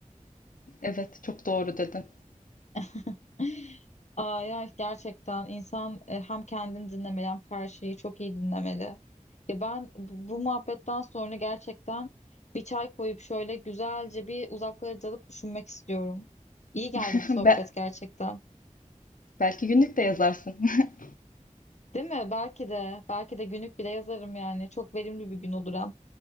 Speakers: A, on the left; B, on the left.
A: Evet, çok doğru dedin.
B: <laughs> Aa, ya gerçekten insan e, hem kendini dinlemeli hem karşıyı çok iyi dinlemeli. Ya ben bu bu muhabbetten sonra gerçekten bir çay koyup şöyle güzelce bir uzaklara dalıp düşünmek istiyorum. İyi geldi
A: <laughs>
B: bu sohbet
A: Be
B: gerçekten.
A: belki günlük de yazarsın. <laughs>
B: Değil mi? Belki de. Belki de günlük bile yazarım yani. Çok verimli bir gün olur hem.